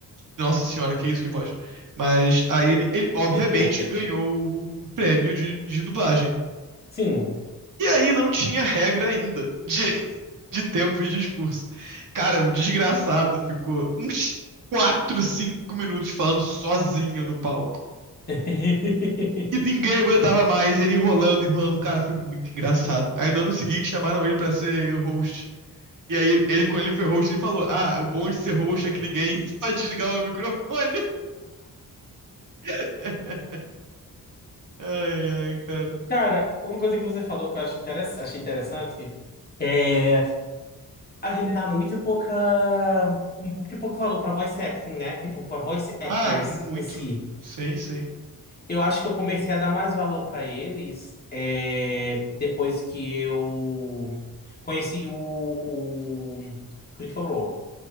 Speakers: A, on the right; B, on the left.
A: Nossa senhora, que isso, que voz. Mas aí ele, ele obviamente
B: <laughs>
A: ganhou o prêmio de, de dublagem.
B: Sim.
A: E aí não tinha regra ainda de, <laughs> de tempo de discurso. Cara, o desgraçado ficou uns 4 5 minutos falando sozinho no palco.
B: <laughs>
A: E ninguém aguentava mais, ele enrolando, enrolando. Cara, foi muito engraçado. Aí no ano seguinte chamaram ele pra ser o host. E aí, ele, ele, quando ele foi host, ele falou: Ah, o bom de ser host é que ninguém <laughs> pode desligar o microfone. <laughs> Ai, ai, cara.
B: Cara, uma coisa que você falou que eu acho interess... achei interessante é a gente dá muito pouca um pouco de pouco valor pra voice acting, né? Tipo, pra voice actors
A: Ah, muito.
B: em si.
A: Sim, sim.
B: Eu acho que eu comecei a dar mais valor pra eles é, depois que eu conheci o, o Critical Role.